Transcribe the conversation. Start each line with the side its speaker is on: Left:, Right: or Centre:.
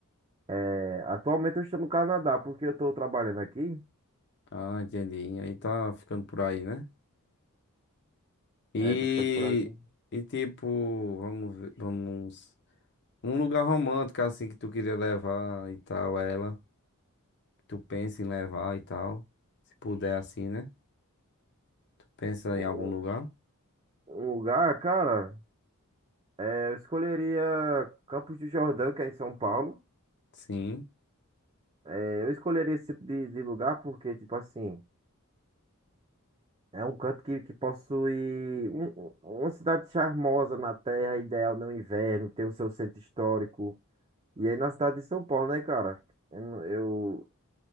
Right: é, atualmente eu estou no Canadá, porque eu estou trabalhando aqui,
Left: Ah, entendi. Aí tá ficando por aí, né? E,
Right: é, tô ficando por aqui.
Left: e tipo, vamos ver, vamos. Um lugar romântico, assim, que tu queria levar e tal, ela. Tu pensa em levar e tal. Se puder assim, né? Tu pensa
Right: Um,
Left: em
Right: um
Left: algum lugar?
Right: um lugar, cara. É, eu escolheria Campos do Jordão, que é em São Paulo.
Left: Sim.
Right: É, eu escolheria esse tipo de, de lugar porque, tipo assim, é um canto que, que possui um- um- uma cidade charmosa na terra, ideal no inverno, tem o seu centro histórico. E aí na cidade de São Paulo, né, cara? Eu, não- eu